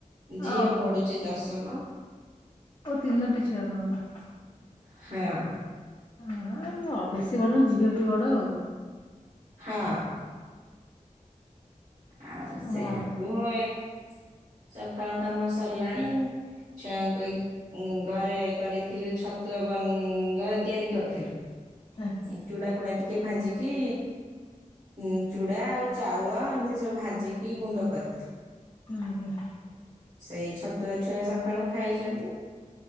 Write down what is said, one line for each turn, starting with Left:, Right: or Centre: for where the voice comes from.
Right: ଝିଅ
Left: ଓହୋ
Right: ପଢ଼ୁଚି ଦଶମ।
Left: ଓ ତିନୋଟି ଛୁଆ ଆପଣଙ୍କର।
Right: ହଁ।
Left: ଅ ହଁ ବ ବେଶୀ ବଡ <unintelligible> ଝିଅଟି ବଡ ଆଉ।
Right: ହଁ। ଆଉ ସେ
Left: ଓହୋ
Right: <unintelligible> ସଖାଳ କାମ ସରଲାଣି? ଛୁଆଙ୍କୁ ଏ ଉଁ ଘରେ କରିଥିଲି ଛତୁଆ ବନ୍ ଘରେ ତିଆରି କରିଥିଲୁ।
Left: ହାଁ।
Right: ଉଁ ଚୁଡ଼ାଫୁଡ଼ା ଟିକେ ଭାଜିକି ଉଁ ଚୁଡ଼ା ଆଉ ଚାଉଳ ଏମ଼ତି ସବୁ ଭାଜିକି ଗୁଣ୍ଡ କର୍ ଥିଲୁ।
Left: ଆଜ୍ଞା।
Right: ସେଇ ଛତୁଆ ଛୁଆ ସଖାଳୁ ଖାଇଚନ୍ତି।